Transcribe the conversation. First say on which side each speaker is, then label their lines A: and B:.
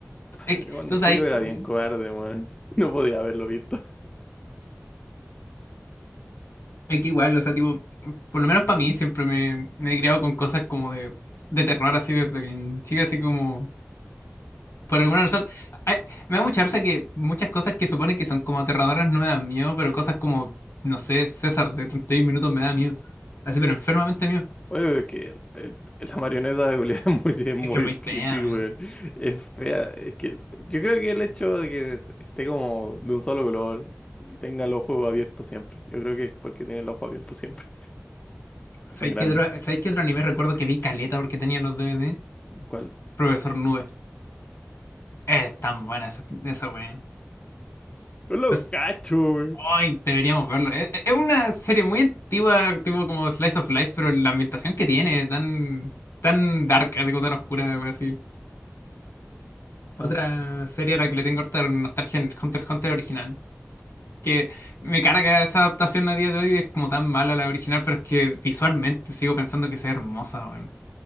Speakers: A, on the left; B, on the left.
A: es que-
B: y cuando
A: entonces
B: chico
A: hay, que-
B: era bien cobarde, weón. No podía haberlo visto.
A: es que igual, o sea, tipo, por lo menos para mí siempre me, me he criado con cosas como de, de terror, así desde bien chica, así como... Por alguna razón, ay, me da mucha risa que muchas cosas que suponen que son como aterradoras no me dan miedo, pero cosas como, no sé, César de 31 minutos me da miedo. Así, pero enfermamente miedo.
B: Oye, es que el- el- la marioneta de Julia es muy, es muy
A: Es que es muy fea,
B: creepy,
A: man.
B: weón. Es fea. Es que es- yo creo que el hecho de que es- esté como de un solo color y tenga el ojo abierto siempre. Yo creo que es porque tiene el ojo abierto siempre. Y
A: ¿Sabes
B: son grandes.
A: qué otro, ¿sabes qué otro anime recuerdo que vi caleta porque tenía los DVD?
B: ¿Cuál?
A: Profesor Nube. Es tan buena esa, esa wea.
B: No lo
A: No sé,
B: cacho, weón.
A: Ay, deberíamos verlo. Es, es es una serie muy antigua, tipo como Slice of Life, pero la ambientación que tiene, tan, tan dark, algo tan oscura, wea, así.
B: Ujú.
A: Otra serie a la que le tengo harta nostalgia en Hunter x Hunter original. Que me carga esa adaptación a día de hoy, es como tan mala la original, pero es que visualmente sigo pensando que sea hermosa, weón.